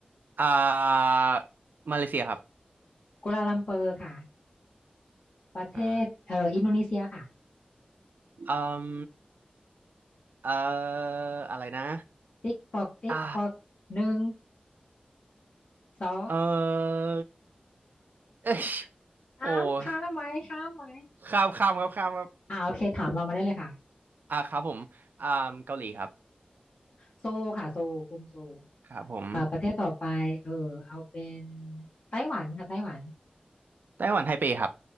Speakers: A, on the right; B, on the left.
A: อ่ามาเลเซียครับ
B: กัวลาลัมเปอร์ค่ะประเทศเอ่ออินโดนีเซียค่ะ
A: อ่าอืมเอ่ออะไรนะ
B: ติ๊กตอกติ๊กตอกหนึ่ง
A: อ่า
B: สอง
A: เออเอ้ย
B: <laughs> สามข้ามไหมข้ามไหม
A: โอ้ยข้ามข้ามครับข้ามครับ
B: อ่าโอเคถามเรามาได้เลยค่ะ
A: อ่าครับผมอ่าเกาหลีครับ
B: โซลค่ะโซลกรุงโซล
A: ครับผม
B: เอ่อประเทศต่อไปเออเอาเป็นไต้หวันค่ะไต้หวัน
A: ไต้หวันไทเปครับ